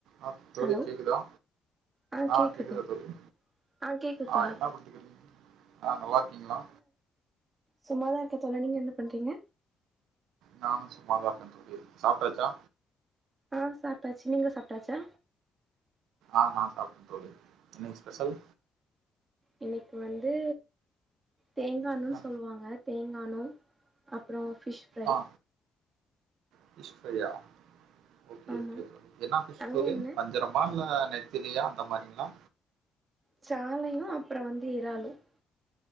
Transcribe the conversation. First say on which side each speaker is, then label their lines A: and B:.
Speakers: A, on the right; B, on the right.
A: ஆஹ் தோழி
B: ஹலோ
A: கேக்குதா
B: ஆ
A: ஆஹ்
B: கேக்குது
A: கேக்குதா தோழி
B: ஆ கேக்குது தோழா
A: ஆஹ் என்ன பன்றிங்க ஆஹ் நல்லா இருக்கீங்களா
B: சும்மாதான் இருக்கன் தோழா நீங்க என்ன பண்றீங்க
A: நானும் சும்மாதான் இருக்கன் <inaudible> சாப்டாச்சா
B: ஆஹ் சாப்ட்டாச்சு நீங்க சாப்ட்டாச்சா
A: ஆமா <unintelligible> ஸ்பெஷல்
B: இன்னிக்கு வந்து தேங்கான்னு
A: ஆ
B: சொல்லுவாங்க தேங்கான்னு அப்பறோ ஃபிஷ் ஃப்ரை
A: ஆ ஃபிஷ் ஃப்ரையா ஒகே
B: ஆமா
A: ஓகே என்னா ஃபிஷ்
B: அங்க
A: <unintelligible>
B: என்ன
A: வஞ்சரமா இல்ல நெத்திலியா அந்த மாறீங்களா
B: ச்சாலையு அப்பற வந்து இறாலும்